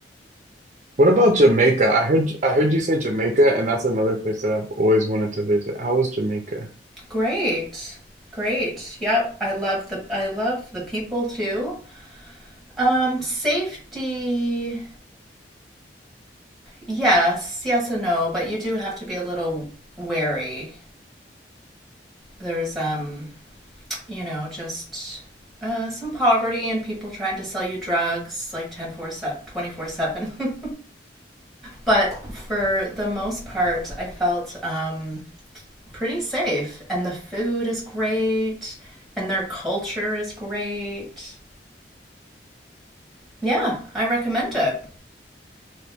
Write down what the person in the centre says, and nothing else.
Great. Great. Yep. I love the I love the people too. Um, safety. Yes, yes and no, but you do have to be a little wary. There's um you know, just uh, some poverty and people trying to sell you drugs like 10 4 24 7 <laughs> but for the most part i felt um, pretty safe and the food is great and their culture is great yeah i recommend it